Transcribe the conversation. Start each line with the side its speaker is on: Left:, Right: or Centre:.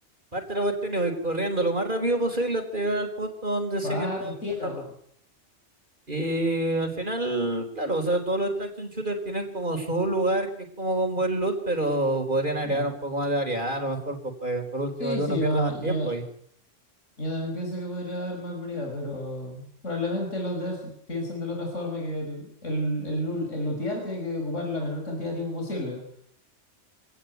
Right: Parte la cuestión y voy corriendo lo más rápido posible hasta llegar al punto donde
Left: Partieron.
Right: sé que está bueno Y al final, claro, o sea, todos los action shooters tienen como su lugar que es como con buen loot, pero podrían agregar
Left: Eh,
Right: un poco más de variedad, a lo mejor, pues, pa- que, por último,
Left: sí,
Right: que
Left: sí,
Right: uno pierda
Left: eh,
Right: más tiempo ahí.
Left: Yo también pienso que podría haber más variedad, pero probablemente los devs piensen de la otra forma que el, el, el, lu- el lootear tiene que ocupar la menor cantidad de tiempo posible.